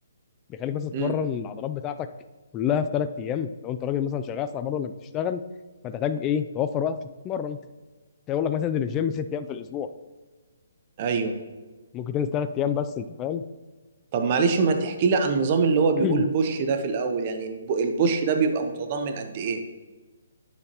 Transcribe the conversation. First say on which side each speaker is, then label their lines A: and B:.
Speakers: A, on the left; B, on the right.
A: بيخليك مثلا تتمرن
B: امم
A: العضلات بتاعتك كلها في ثلاث ايام لو انت راجل مثلا شغال صعب برضه انك بتشتغل فتحتاج ايه توفر وقت عشان تتمرن هيقول لك مثلا انزل الجيم ست ايام في الاسبوع
B: ايوه
A: ممكن تنزل ثلاث ايام بس انت فاهم
B: طب معلش ما تحكي لي عن النظام اللي هو بيقول
A: <clears throat>
B: بوش ده في الاول يعني الب- البوش ده بيبقى متضمن قد ايه